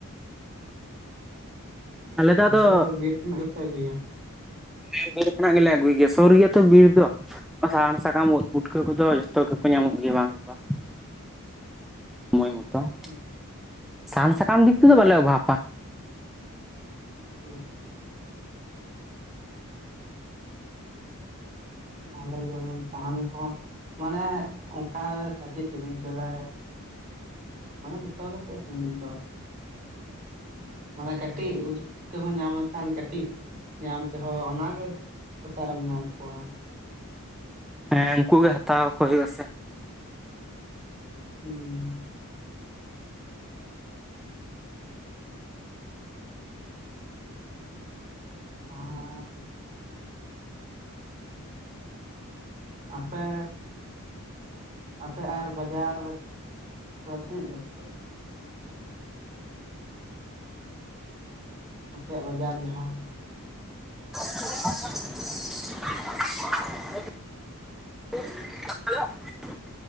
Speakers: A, in the centre; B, on the right (about 40°).
A: ᱟᱞᱮ
B: ᱟᱯᱮ
A: ᱟᱫᱚ
B: ᱫᱚ ᱵᱤᱨ ᱠᱷᱚᱱᱟᱜ ᱜᱮᱯᱮ ᱟᱹᱜᱩᱭᱟ?
A: ᱦᱮᱸ ᱵᱤᱨ ᱠᱷᱚᱱᱟᱜ ᱜᱮᱞᱮ ᱟᱹᱜᱩᱭ ᱜᱮᱭᱟ᱾ ᱥᱩᱨ ᱜᱮᱭᱟᱛᱚ ᱵᱤᱨ ᱫᱚ ᱥᱟᱦᱟᱱ ᱥᱟᱠᱟᱢ, ᱩᱫ, ᱯᱩᱴᱠᱟᱹ ᱠᱚᱫᱚ ᱡᱚᱛᱚ ᱜᱮᱠᱚ ᱧᱟᱢᱚᱜ ᱜᱮᱭᱟ ᱵᱟᱝ ᱫᱚ ᱵᱟᱝ ᱾ ᱢᱚᱭ ᱢᱚᱛᱚ ᱾
B: ᱦᱮᱸ,
A: ᱥᱟᱦᱟᱱ ᱥᱟᱠᱟᱢ ᱫᱤᱠ ᱛᱮᱫᱚ ᱵᱟᱞᱮ ᱚᱵᱷᱟᱵᱷᱯᱟ ᱾
B: ᱚᱻ ᱟᱞᱮ ᱡᱮᱢᱚᱱ ᱥᱟᱦᱟᱱ ᱦᱚᱸ ᱢᱟᱱᱮ ᱚᱱᱠᱟ ᱥᱤᱵᱤᱞ <unintelligible> ᱪᱚᱞᱮ, ᱢᱟᱱᱮ ᱱᱤᱛᱚᱜ ᱜᱮᱛᱚ ᱥᱮ ᱱᱤᱛ <unintelligible> ᱢᱟᱱᱮ ᱠᱟᱹᱴᱤᱡ ᱯᱩᱴᱠᱟᱹ ᱦᱚᱸ ᱧᱟᱢ ᱞᱮᱠᱷᱟᱱ ᱠᱟᱹᱴᱤᱡ ᱧᱟᱢ ᱛᱮᱦᱚᱸ ᱚᱱᱟᱜᱮ ᱚᱠᱟᱨᱮᱢ ᱧᱟᱢ ᱠᱚᱣᱟ?
A: ᱦᱮᱸ ᱩᱱᱠᱩ ᱜᱮ ᱦᱟᱛᱟᱣ ᱠᱚ ᱦᱩᱭᱩᱜᱼᱟ ᱥᱮ᱾
B: ᱦᱮᱸ, ᱟᱨ ᱟᱯᱮ ᱟᱯᱮ ᱟᱨ ᱵᱟᱡᱟᱨ ᱫᱚ ᱛᱤᱱᱟᱹᱜ ᱡᱷᱟᱹᱞ ᱛᱟᱯᱮᱭᱟ? ᱟᱯᱮᱭᱟᱜ ᱵᱟᱡᱟᱨ ᱡᱟᱦᱟᱸ,
A: <inaudible> <unintelligible>